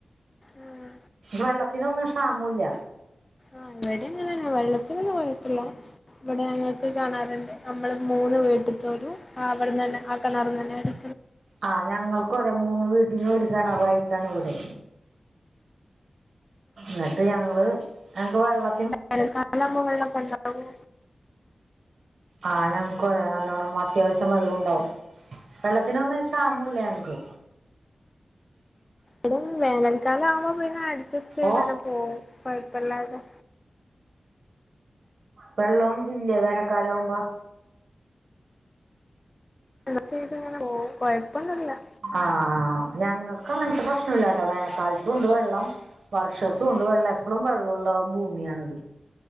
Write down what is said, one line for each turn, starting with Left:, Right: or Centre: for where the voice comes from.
Left: ആഹ്
Right: വെള്ളത്തിനൊന്നും ക്ഷാമുല്ല
Left: ആ ഇവിടിം അങ്ങനെന്ന വെള്ളത്തിനൊന്നും കൊഴപ്പല്ല ഇവിടെ ഞങ്ങൾക്ക് കെണർണ്ട് നമ്മള് മൂന്ന് വീട്ട്ത്തോലും അവിട്ന്നന്നെ ആ കെണർന്നന്നെ എട്
Right: ആ ഞങ്ങൾക്കു അ മൂന്ന് വീട്ടിനും ഒരു കിണറായിട്ടാണ് ഇവിടെ ന്നട്ട് ഞങ്ങള് ഞങ്ങ്ക്ക് വെള്ള
Left: വേനൽകാലാവുമ്പ വെള്ളൊക്കെ ണ്ടാവോ?
Right: ആ ഞങ്ങക്കുംഅയന്നെ നല്ലോണ്ണം അത്യാവശ്യം വെള്ളുണ്ടാവും വെള്ളത്തിനൊന്നും ഒരു ക്ഷാമുല്ല ഞങ്ങക്ക്
Left: ഇവിടിം വേനൽക്കാലാവുമ്പോ പിന്നെ അഡ്ജസ്റ്റ് ചെയ്തന്നെ
Right: ഓ
Left: പോവും കൊ വല്ലാതെ
Right: വെള്ളോം ഇല്ലേ വേനൽക്കാലാമ്പോ
Left: അങ്ങനെ ചെയ്തിങ്ങനെ പോകും കൊഴ്പ്പൊന്നുല്ല
Right: ആഹ് ഞങ്ങൾക്ക് അങ്ങൻത്തെ പ്രശ്ന ല്ലാട്ടോ വേനൽക്കാലത്തും ഉണ്ട് വെള്ളം വർഷത്തും ഉണ്ട് വെള്ളം എപ്പളും വെള്ളുള്ള ഭൂമിയാണിത്.